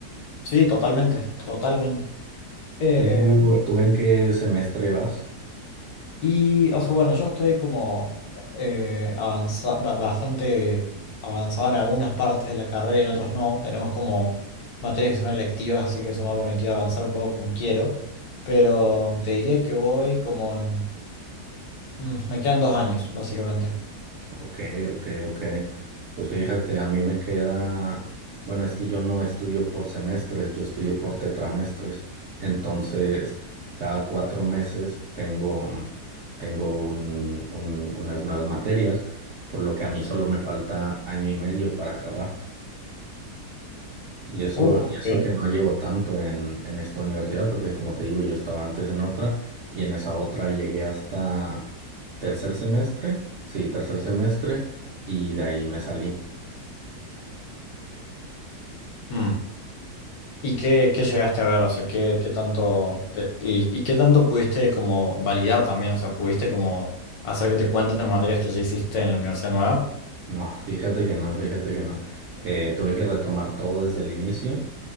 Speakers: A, on the left; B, on the right.
A: Sí, totalmente, totalmente. Eh,
B: ¿Tú, tú en qué semestre vas?
A: y, o sea, bueno, yo estoy como eh, avanza- ba- bastante avanzado en algunas partes de la carrera y en otras no. Tenemos como materias que son electivas, así que eso me ha permitido avanzar un poco como quiero. Pero mm, te diría que voy como en... mm, me quedan dos años, básicamente.
B: Ok, ok, ok. Pues fíjate, a mí me queda, bueno, es que yo no estudio por semestres, yo estudio por tetramestres. Entonces, cada cuatro meses tengo, tengo un- un- unas nuevas materias, por lo que a mí solo me falta año y medio para acabar. Y eso,
A: Oh,
B: y eso
A: ok.
B: que no llevo tanto en, en esta universidad, porque como te digo, yo estaba antes en otra y en esa otra llegué hasta tercer semestre, sí, tercer semestre, y de ahí me salí.
A: Mm. ¿Y qué, qué llegaste a ver? O sea, ¿qué, qué tanto te- y, y qué tanto pudiste como validar también? O sea, ¿pudiste como hacer que te cuenten materias que ya hiciste en la universidad nueva?
B: No, fíjate que no, fíjate que no. Eh, tuve que retomar todo desde el inicio